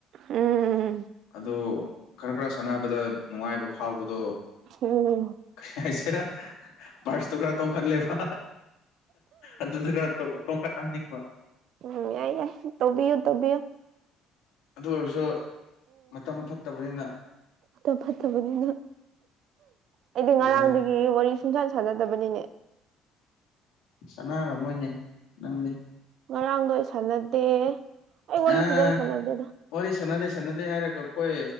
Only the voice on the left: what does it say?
ꯑꯗꯣ ꯈꯔ ꯈꯔ ꯁꯥꯟꯅꯕꯗ ꯅꯨꯡꯉꯥꯏꯕ ꯐꯥꯎꯕꯗꯣ
ꯀꯩ ꯍꯥꯏꯁꯤꯔꯥ ꯄꯥꯔꯁꯇꯨ ꯈꯔ ꯇꯣꯡꯈꯠꯂꯦꯕ ꯑꯗꯨꯗ ꯈꯔ ꯇꯣꯡꯈꯠꯍꯟꯅꯤꯡꯕ
ꯑꯗꯨ ꯑꯣꯏꯔꯁꯨ ꯃꯇꯝ ꯐꯠꯇꯕꯅꯤꯅ
ꯀꯔꯤ
ꯍꯥꯏ
ꯁꯅꯥꯔꯝꯃꯣꯏꯅꯦ ꯅꯪꯗꯤ
ꯑꯥ
ꯋꯥꯔꯤ ꯁꯥꯟꯅꯗꯦ ꯁꯥꯟꯅꯗꯦ ꯍꯥꯏꯔꯒ ꯑꯩꯈꯣꯏ